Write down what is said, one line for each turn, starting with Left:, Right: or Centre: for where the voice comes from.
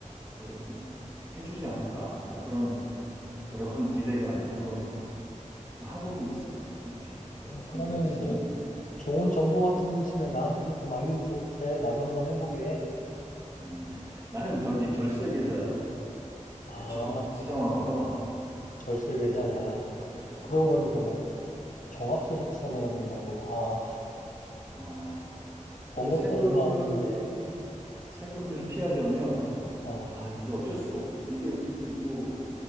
Right: 좀, 해주지 않을까. 뭐 그런
Left: 어,
Right: 그런 <laughs> 기대감에 한번 지금 하고는 있어. 이렇게 저렇게
Left: 그러면
Right: 열심히.
Left: 너 좋은 정보 같은 거 있으면 나한테도 좀 알려주고 그래. 나도 한번 해보게.
Right: 음, 나는 저기 절세 계좌를
Left: 아,
Right: 적극 사용하거든.
Left: 절세
Right: 그래서
Left: 계좌. 야,
Right: 음, 절세
Left: 그러고
Right: 계좌.
Left: 보니까 나 종합소득세 내야 된다고. 아,
Right: 어,
Left: 번
Right: 그러니까
Left: 것도
Right: 세금
Left: 얼마 없는데.
Right: 세금을 피하려면
Left: 어,
Right: 아 이게 어쩔 수가 없어. 이게 그리고